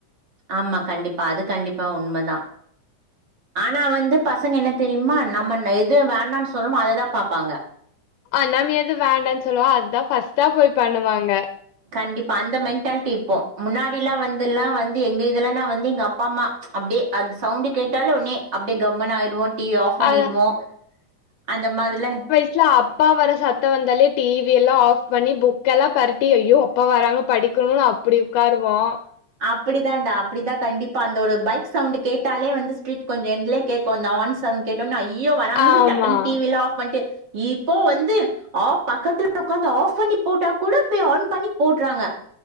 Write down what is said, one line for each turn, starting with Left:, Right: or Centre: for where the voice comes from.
Right: ஆமா கண்டிப்பா அது கண்டிப்பா உண்ம தா ஆனா வந்து பசங்க என்ன தெரிய்மா நம்மென்ன எது வேணான் சொல்றமோ அத தா பாப்பாங்க
Left: ஆ நம் எது வேண்டான் சொல்லுவோ அதா ஃபஸ்ட்டா போய் பண்ணுவாங்க
Right: கண்டிப்பா அந்த மென்ட்டால்ட்டி இப்போ முன்னாடில்லா வந்துல்லா வந்து எங்க இதுல நா வந்து எங்க அப்பா அம்மா அப்டே அந்த சவுண்டு் கேட்டாலே உட்னே அப்டே கம்முனு ஆய்டுவோ டி வி ஆஃப் பண்ணீடுவோ
Left: அதான்
Right: அந்த மாதிரிலா
Left: ட்ல அப்பா வர சத்தோ வந்தாலே டி வி எல்லா ஆஃப் பண்ணி புக் எல்லா பெரட்டி ஐயோ அப்பா வராங்க படிக்கணுன் அப்பிடி உக்காருவோ
Right: அப்பிடிதான்டா அப்பிடிதா கண்டிப்பா அந்த ஒரு பைக் சவுண்டு கேட்டாலே வந்து ஸ்ட்ரீட் கொஞ்ச எண்ட்லே கேக்கு அந்த ஆன் சவுண்டு கேட்டோன்னே ஐயோ வராங்கன்
Left: ஆமா.
Right: சொல்லி டக்குன் டி வி எல்லா ஆஃப் பண்ட்டு இப்போ வந்து ஆஃப் பக்கத்துல உக்காந்து ஆஃப் பண்ணி போட்டா கூட போய் ஆன் பண்ணி போட்றாங்க